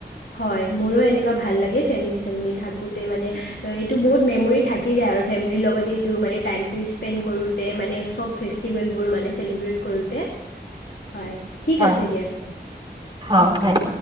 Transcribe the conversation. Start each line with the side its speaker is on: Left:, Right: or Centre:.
Left: হয় মোৰো এনেকুৱা ভাল লাগে, ফেমিলি চেমিলি থাকোঁতে মানে এইটো বহুত মেমৰি থাকি যায় আৰু ফেমিলিৰ লগতে, এইটো মানে টাইমটো স্পেণ্ড কৰোঁতে মানে সব ফেষ্টিভেলবোৰ মানে চেলিব্ৰেট কৰোঁতে। হয় ঠিক
Right: হয়
Left: আছে দিয়া ৰাখো।
Right: অ' হয়।